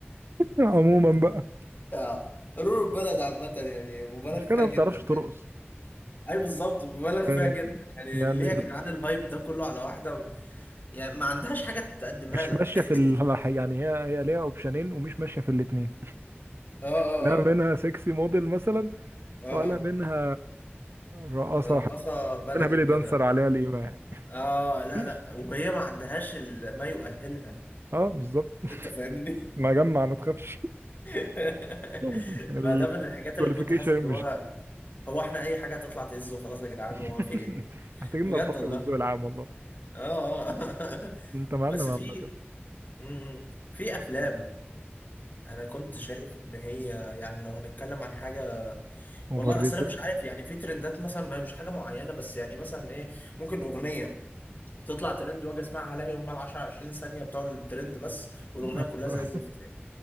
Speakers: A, on the right (about 70°); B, on the left (about 45°).
A: عموما بقى
B: اه رور البلد عامة يعني مبالغ
A: مش
B: فيها
A: كده ما
B: جدا
A: بتعرفش ترقص
B: اي بالظبط مبالغ فيها
A: يعني
B: جدا يعني
A: يعني
B: ليه يا جدعان الهايب ده كله على واحده يعني ما عندهاش حاجه تقدمها
A: مش
B: لك
A: ماشيه في ال... يعني هي هي ليها اوبشنين ومش ماشيه في الاثنين
B: <laughs> اه اه
A: لا منها
B: اه
A: سexy موديل مثلا
B: اه
A: ولا منها رقاصة
B: اه رقاصة
A: حتى
B: بلدي
A: منها بيلي
B: وكده
A: دانسر عليها القيمة يعني
B: اه لا
A: مفيش
B: لا وهي ما عندهاش ال- ما يؤهلها
A: اه بالظبط <laughs>
B: انت فاهمني
A: ما جمع ما تخافش
B: <laughs>
A: <laughs>
B: فده من الحاجات
A: الكواليفيكيشن
B: اللي كنت حاسس ان هو
A: مش
B: هو احنا اي حاجة هتطلع تهز وخلاص يا جدعان
A: <laughs>
B: هو في ايه
A: محتاجين
B: بجد
A: نرتقي
B: والله
A: بالذوق العام والله
B: اه اه <laughs>
A: انت معلم
B: بس
A: عامة
B: في مم. في افلام انا كنت شايف ان هي يعني لو هنتكلم عن حاجة
A: اوفر
B: والله
A: ريتد
B: اصل انا مش عارف يعني في ترندات مثلا ما هي مش حاجة معينة بس يعني مثلا ايه ممكن اغنية تطلع ترند واجي اسمعها الاقي هم ال 10 20 ثانيه بتوع الترند بس والاغنيه
A: <laughs>
B: كلها زي الزفت يعني